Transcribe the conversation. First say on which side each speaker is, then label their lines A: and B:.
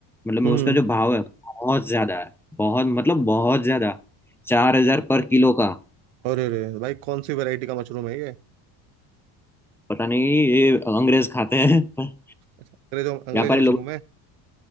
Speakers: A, in the centre; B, on the right.
A: मतलब मैं
B: हम्म
A: उसका जो भाव है बहुत ज्यादा है बहुत मतलब बहुत ज्यादा चार हजार पर किलो का
B: अरे अरे भाई कौन सी वैरायटी का मशरूम है ये
A: पता नहीं ये अंग्रेज खाते हैं <laughs>
B: अच्छा अंग्रेज अंग्रेज
A: व्यापारी
B: मशरूम
A: लोग
B: है